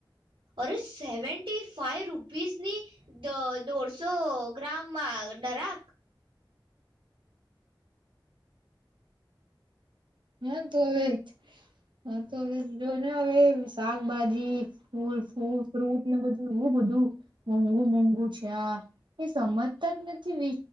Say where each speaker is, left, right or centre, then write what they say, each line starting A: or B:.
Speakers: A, on the right (about 90°); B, on the right (about 70°).
A: અરે સેવન્ટી ફાઈવ રૂપીઝની દોઢસો ગ્રામમાં દરાક
B: હા, તો, હવે, હા, તો, હવે જો ને હવે શાકભાજી ફૂલ ફૂલ, ફ્રૂટ ને બધું એવું બધું મોંઘું મોંઘું છે, આ એ સમજતા જ નથી વિ